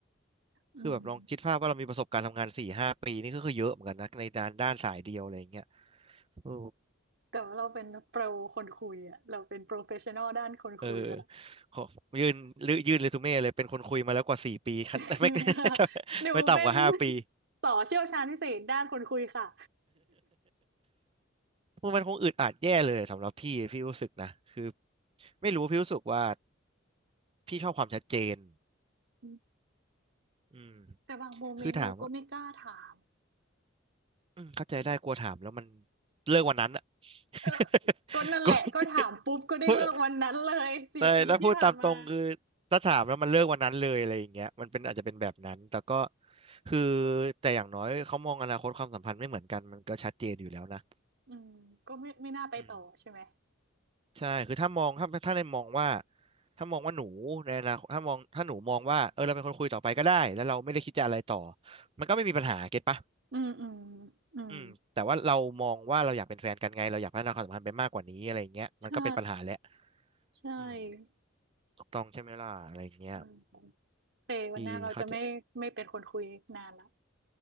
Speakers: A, on the right; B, on the right.
A: อืม
B: คือแบบลองคิดภาพว่าเรามีประสบการณ์ทำงานสี่ห้าปีนี่ก็คือเยอะเหมือนกันนะในด้านด้านสายเดียวอะไรอย่างเงี้ยโอ้
A: แต่ว่าเราเป็นโปรคนคุยอะเราเป็นโปรเฟชชั่นอลด้านคนคุยไปละ
B: เออขอยื่นลือยื่นเรซูเม่เลยเป็นคนคุยมาแล้วกว่าสี่ปีคัน
A: <laughs>
B: <laughs> ไม่ <laughs>
A: หนูเป็น
B: ไม่ต่ำกว่าห้าปี
A: ต่อเชี่ยวชาญพิเศษด้านคนคุยค่ะ
B: <laughs> มันคงอึดอัดแย่เลยสำหรับพี่พี่รู้สึกนะคือไม่รู้พี่รู้สึกว่าพี่ชอบความชัดเจน
A: อืม
B: อืม
A: แต่บางโมเมนต์เราก็ไม่กล้าถาม
B: คือถามว่าอืมเข้าใจได้กลัวถามแล้วมันเลิกวันนั้นอะ
A: เออ
B: <laughs>
A: ก็นั่นแหละก็ถามปุ๊บก็ได้เลิกวันนั้นเลยสี่ปีที่ผ่านมา
B: กลัว พูดแต่ถ้าพูดตามตรงคือถ้าถามแล้วมันเลิกวันนั้นเลยอะไรอย่างเงี้ยมันเป็นอาจจะเป็นแบบนั้นแต่ก็คือแต่อย่างน้อยเขามองอนาคตความสัมพันธ์ไม่เหมือนกันมันก็ชัดเจนอยู่แล้วนะ
A: อืมก็ไม่ไม่น่าไปต่อใช่ไหม
B: อืมใช่คือถ้ามองถ้าถ้าในมองว่าถ้ามองว่าหนูในอนาคตถ้ามองถ้าหนูมองว่าเออเราเป็นคนคุยต่อไปก็ได้แล้วเราไม่ได้คิดจะอะไรต่อมันก็ไม่มีปัญหาเก็ตปะ
A: อืมอืมอืม
B: อืมแต่ว่าเรามองว่าเราอยากเป็นแฟนกันไงเราอยากพัฒนาความสัมพันธ์ไปมากกว่านี้อะไรอย่างเงี้ยมันก็เป็นปัญหาแหละ
A: ใช่ ใช่
B: อืมถูกต้องใช่ไหมล่ะอะไรอย่างเงี้ย
A: อืม เควันหน้าเราจะไม่ไม่เป็นคนคุยนานละ
B: พี่เขา